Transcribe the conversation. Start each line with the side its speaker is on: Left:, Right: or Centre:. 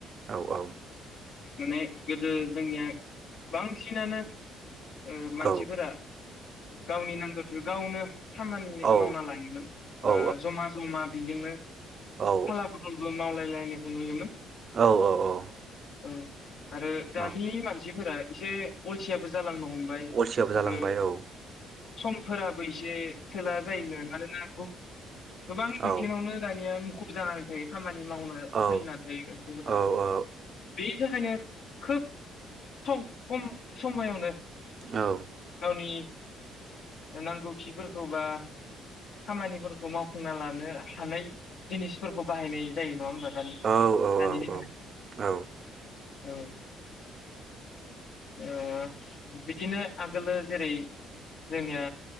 Right: औ औ
Left: माने गोदो जोंनिया बांसिनानो ओ मानसिफोरा
Right: औ
Left: गावनि नांगो गावनो खामानि
Right: औ
Left: मावना लायोमोन
Right: औ
Left: बा जमा जमा बिजोंनो
Right: औ
Left: फाला बदलबो मावलायलायनो नुयोमोन।
Right: औ औ औ।
Left: औ। आरो दानि
Right: औ
Left: मानसिफोरा एसे अलसियाबो जालांन' हमबाय
Right: अलसियाबो जालांबाय
Left: आरो
Right: औ
Left: समफोरा बैसे सोला जायोमोन मानोना <inaudible> गोबां बिथिङावनो
Right: औ
Left: दानिया खुब जानानै थायो खामानि नि मावनो
Right: औ
Left: सोलिनानै थायो खायसेफोरा।
Right: औ औ
Left: बेनि थाखायनो खोब सम खम समायावनो
Right: औ
Left: गावनि नांगौथिफोरखौ बा खामानिफोरखौ मावफुंना लानो हानाय जिनिसफोरखौ बाहायनाय जायो नङा होमबा? दानि
Right: औ औ
Left: दानि
Right: औ
Left: दिनाव
Right: औ औ।
Left: औ। ओ बिदिनो आगोलो जेरै जोंनिया